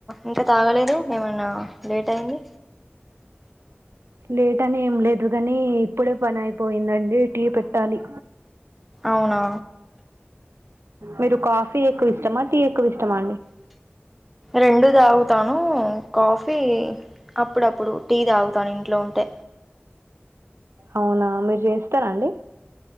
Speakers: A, in the centre; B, on the right.
A: ఇంక తాగలేదు ఏమన్నా లేట్ అయింది
B: లేట్ అని ఏం లే అందుకని ఇప్పుడే పని అయిపోయిందండి టీ పెట్టాలి
A: అవునా
B: మీరు కాఫీ ఎక్కువ ఇష్టమా టీ ఎక్కువ ఇష్టమా
A: రెండు తాగుతాను కాఫీ అప్పుడప్పుడు టీ తాగుతాను ఇంట్లో ఉంటే
B: అవునా మీరు చేస్తార అండి